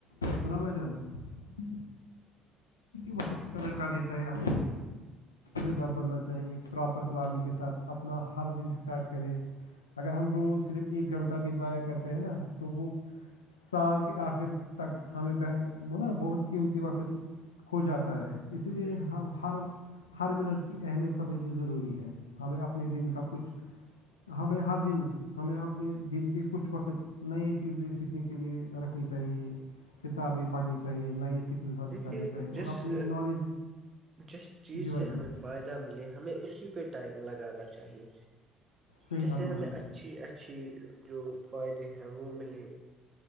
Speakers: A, on the left; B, on the right.
A: سنا بھائی جانا وقت
B: جچ
A: قدل کری چاہے ہم دار بننا چاہیے ایک پراپر پلاننگ کے ساتھ اپنا ہر دن اسٹارٹ کرے اگر ہم روز صرف ایک گھنٹہ بھی ضائع کرتے ہیں نا تو وہ سال کے آخر تک ہمیں ب بہت قیمتی وقت کھو جاتا ہے اس لیے
B: بالکل
A: ہم ہر ہر منٹ کی اہمیت سمجھنی ضروری ہے ہمیں اپنے دن کا کچھ ہمیں ہر دن ہمیں اپنے دن کے کچھ وقت نئے چیزیں سیکھنے کے لیے رکھنی چاہیے کتابیں پڑھنی چاہیے نہ ہی سکلس حاصل
B: دیکھیے
A: کرنی چاہیے اور
B: جس
A: اپنی نالج
B: جس چیز
A: جی بھائی
B: سے ہمیں
A: جان
B: فائدہ ملے ہمیں اسی پہ ٹائم لگانا چاہیئے
A: صحیح
B: جس
A: فرمایا
B: سے ہمیں
A: بھائی
B: اچھی
A: جان
B: اچھی اچھی جو فائدے ہیں وہ ملے